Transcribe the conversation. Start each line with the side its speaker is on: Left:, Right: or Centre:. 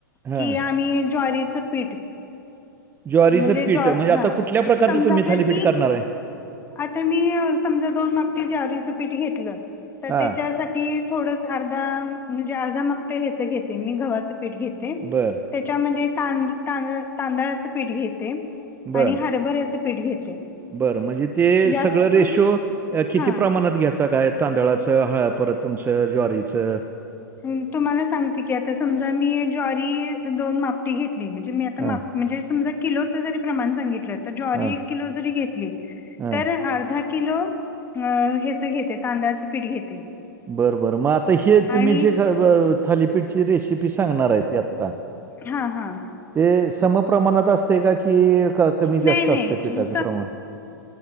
Right: हां.
Left: की आम्ही ज्वारीचं पीठ-
Right: ज्वारीचं
Left: म्हणजे
Right: पीठ
Left: ज्वा
Right: म्हणजे
Left: हा
Right: आता कुठल्या प्रकारचं
Left: समजा
Right: तुम्ही
Left: आता
Right: थालीपीठ
Left: मी
Right: करणार आहे?
Left: आता मी समजा दोन मापटी ज्वारीच पीठ घेतलं तर
Right: हां.
Left: त्याच्यासाठी- तेवढंच अर्धा म्हणजे अर्धा मापट ह्याच घेते मी गव्हाचं पीठ घेते.
Right: बरं,
Left: त्याच्यामध्ये तांदू तांद तांदळाचं पीठ घेते
Right: बरं,
Left: आणि हरबऱ्याच- पीठ घेते.
Right: बरं म्हणजे ते
Left: जास्त
Right: सगळं रेशो
Left: करून
Right: किती
Left: हा
Right: प्रमाणात घ्यायचा काय? तांदळाच हळ परत- तुमचं ज्वारीचं?
Left: म तुम्हाला सांगते की आता समजा मी ज्वारी, दोन मापटी घेतली, म्हणजे मी आता
Right: हां,
Left: माप म्हणजे समजा किलोच जरी प्रमाण सांगितल, तर ज्वारी
Right: हां,
Left: एक किलो जरी घेतली,
Right: हां.
Left: तर अर धा किलो अ ह्याच घेते, तांदळाच पीठ घेते.
Right: बरं बरं मग आता, हे तुम्ही
Left: आणि
Right: जे थालीपीठची रेसिपी सांगणार आहे ते, आता.
Left: हां हां.
Right: ते समप प्रमाणात असतय का की, कमी जास्त
Left: नाही नाही
Right: असते पिठाच प्रमाण?